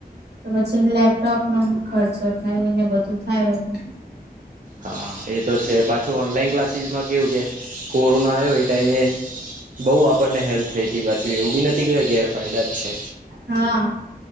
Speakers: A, on the right; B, on the right.
A: તો પછી લેપટોપ નો ખર્ચો થાયને બધું થાયું એટ
B: હા એ તો છે પાછું ઓનલાઈન ક્લાસીસમાં કેવું કે કોરોના આવ્યો એ ટાઈમે બઉ આપણને હેલ્પ થઈ ત પાછી એવું બી નથી કે ગેરફાયદા જ છે.
A: હા